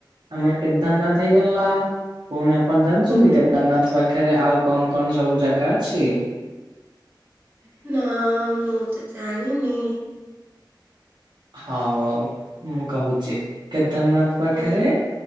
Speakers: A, on the right; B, on the right.
A: ଆମର କେତେ କେଦାରନାଥ ହେଇଗଲା ପୁଣି ଆପଣ ଜାଣିଛନ୍ତି
B: ଆଜ୍ଞା
A: କେଦାରନାଥ ବାକ ପାଖରେ ଆଉ କଣ କଣ ସବୁ ଜାଗା ଅଛି?
B: ନା ମୁଁ ତ ଜାଣିନି
A: ହଉ ହଉ ମୁଁ କହୁଛି କେଦାରନାଥ ପାଖରେ
B: ଆଜ୍ଞା